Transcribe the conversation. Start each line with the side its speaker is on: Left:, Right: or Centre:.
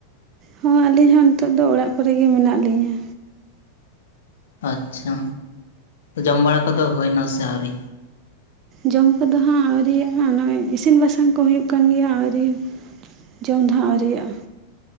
Right: ᱦᱚᱸ ᱟᱹᱞᱤᱧ ᱦᱚᱸ ᱱᱤᱛᱚᱜ ᱫᱚ ᱚᱲᱟᱜ ᱠᱚᱨᱮ ᱜᱮ ᱢᱮᱱᱟᱜ ᱞᱤᱧᱟᱹ
Left: ᱟᱪᱪᱷᱟ ᱡᱚᱢ ᱵᱟᱲᱟ ᱠᱚᱫᱚ ᱦᱩᱭᱮᱱᱟ ᱥᱮ ᱟᱹᱣᱨᱤ
Right: ᱡᱚᱢ ᱠᱚᱫᱚ ᱦᱟᱸᱜ ᱟᱹᱣᱨᱤᱭᱟᱜ ᱱᱚᱜᱼᱚᱭ ᱤᱥᱤᱱ ᱵᱟᱥᱟᱝ ᱠᱚ ᱦᱩᱭᱩᱜ ᱠᱟᱱ ᱜᱮᱭᱟ ᱟᱹᱣᱨᱤ ᱡᱚᱢ ᱫᱚ ᱦᱟᱸᱜ ᱟᱹᱣᱨᱤᱭᱟᱜᱼᱟ